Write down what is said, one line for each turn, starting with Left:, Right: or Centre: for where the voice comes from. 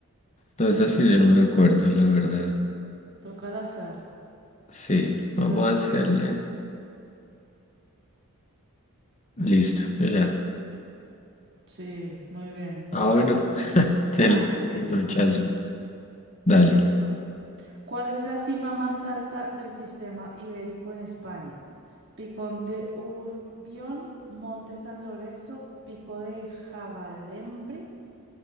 Left: No es
Right: Mm,
Left: así, yo no me acuerdo, la verdad.
Right: toca al azar.
Left: Sí, vamos
Right: Libro de cocina.
Left: a hacerle... Listo, yo ya.
Right: Sí, muy bien, un
Left: Ah,
Right: libro
Left: bueno,
Right: de cocina. <laughs>
Left: el
Right: Qué
Left: el
Right: bien.
Left: nochazo. Dale.
Right: Listo. ¿Cuál es la cima más alta del sistema ibérico en España? Picón de Urbión, Monte San Lorenzo, Pico de Javalembre